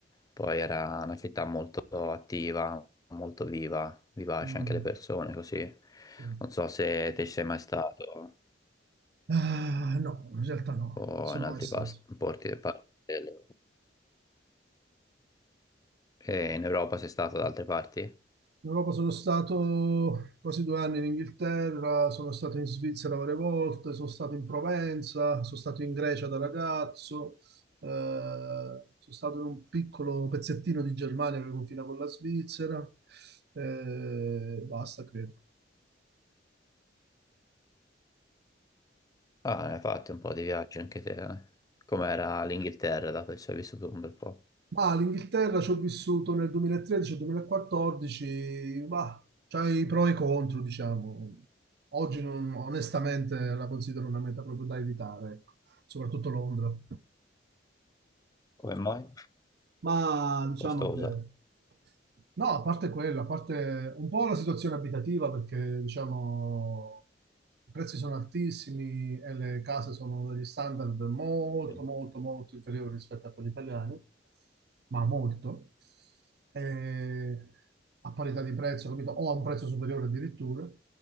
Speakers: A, on the left (about 20°); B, on the right (about 60°).
A: Poi era una città molto attiva, molto viva, vivace
B: Mm,
A: anche le persone, così.
B: sì.
A: Non so se te ci sei mai stato
B: Ah, no, in realtà no,
A: o
B: sono
A: in altri
B: mai stato.
A: pas- porti del pa- del- E in Europa sei stato da altre parti?
B: In Europa sono stato quasi due anni in Inghilterra, sono stato in Svizzera varie volte, sono stato in Provenza, sono stato in Grecia da ragazzo, eh, sono stato in un piccolo pezzettino di Germania che confina con la Svizzera, eh, basta credo.
A: Ah, ne hai fatto un po' di viaggi anche te, eh. Com'era l'Inghilterra, dato che ci hai vissuto un bel po'?
B: Ma l'Inghilterra ci ho vissuto nel 2013-2014, ma c'ha i pro e i contro, diciamo. Oggi non- onestamente la considero una meta proprio da evitare, ecco. Soprattutto Londra.
A: Come mai?
B: ma diciamo
A: Costosa.
B: che... No, a parte quello, a parte un po' la situazione abitativa perché diciamo i prezzi sono altissimi e le case sono degli standard molto,
A: Sì,
B: molto, molto inferiori rispetto a quelli italiani, ma molto, E a parità di prezzo, capito? O a un prezzo superiore addirittura.